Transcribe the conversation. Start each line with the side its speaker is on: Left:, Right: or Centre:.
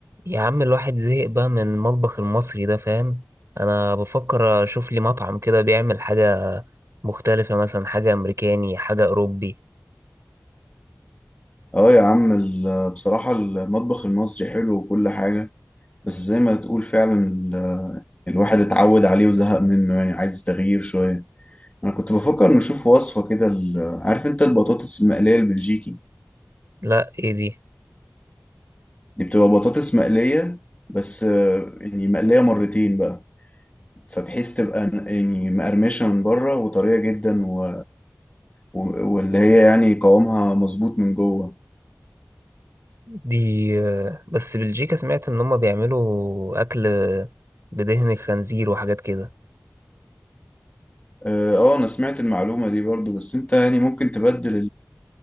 Right: يا عم الواحد زهق بقى من المطبخ المصري ده فاهم انا بفكر اشوف لي مطعم كده بيعمل حاجة مختلفة مثلا حاجة امريكاني حاجة اوروبي
Left: اه يا عم ال- بصراحة المطبخ المصري حلو وكل حاجة بس زي ما تقول فعلا ال- الواحد اتعود عليه وزهق منه يعني عايز تغيير شوية أنا كنت بفكر نشوف وصفة كده ال- عارف أنت البطاطس المقلية البلجيكي
Right: لا ايه دي
Left: دي بتبقى بطاطس مقلية بس آه، يعني مقلية مرتين بقى فبحيث تبقى ن- يعني مقرمشة من بره وطرية جدا و... و- واللي هي يعني قوامها مظبوط من جوه
Right: دي آه، بس بلجيكا سمعت ان هما بيعملوا اكل بدهن الخنزير وحاجات كده
Left: اه آه، انا سمعت المعلومة دي برضو بس انت يعني ممكن تبدل